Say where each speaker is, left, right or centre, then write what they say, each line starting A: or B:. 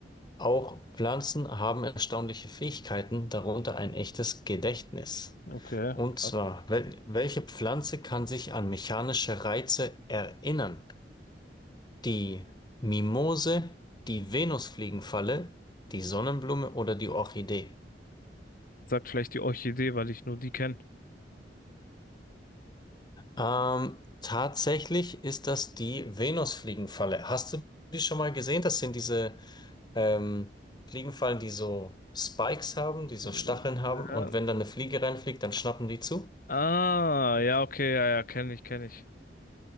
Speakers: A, on the left (about 25°); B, on the left (about 55°).
A: Auch Pflanzen haben erstaunliche Fähigkeiten, darunter ein echtes Gedächtnis.
B: Okay,
A: Und
B: krass.
A: zwar, wel welche Pflanze kann sich an mechanische Reize erinnern? Die Mimose, die Venusfliegenfalle, die Sonnenblume oder die Orchidee?
B: Sagt vielleicht die Orchidee, weil ich nur die kenne.
A: Ähm, tatsächlich ist das die Venusfliegenfalle. Hast du die schon mal gesehen? Das sind diese ähm, Fliegenfallen, die so Spikes haben, die so
B: Ja.
A: Stacheln haben. Und wenn dann eine Fliege reinfliegt, dann schnappen die zu.
B: Ah, ja, okay, ja, ja, kenne ich, kenne ich.